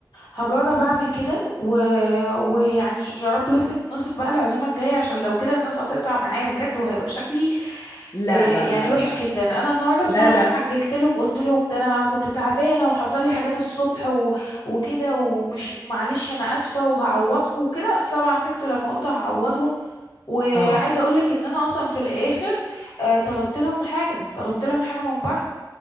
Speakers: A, on the left (about 85°); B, on the left (about 40°).
A: هجرب اعمل كده و... ويعني يا رب بس تنصف بقى العزومه الجايه عشان لو كده الناس هتقطع معايا بجد وهيبقى شكلي
B: لا
A: آه،
B: لا
A: يعني
B: لا
A: وحش
B: لا
A: جدا انا النهارده بصراحه
B: لا لا
A: اتحججت لهم قلت لهم ده انا كنت تعبانه وحصل لي حاجات الصبح و... وكده ومش معلش انا اسفه وهعوضكم وكده طبعا سكتوا لما قلت هعوضهم وعايزه
B: اه
A: اقول لك ان انا اصلا في الاخر آه، طلبت لهم حاجه طلبت لهم حاجه من بره